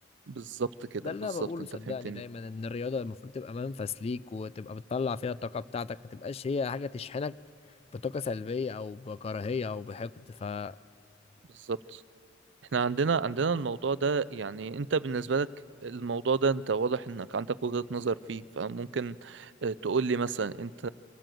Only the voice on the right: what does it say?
بالظبط كده
بالظبط
انت
فهمتني
بالظبط احنا عندنا عندنا الموضوع ده يعني انت بالنسبة لك الموضوع ده انت واضح انك عندك وجهة نظر فيه فممكن اه، تقول لي مثلا انت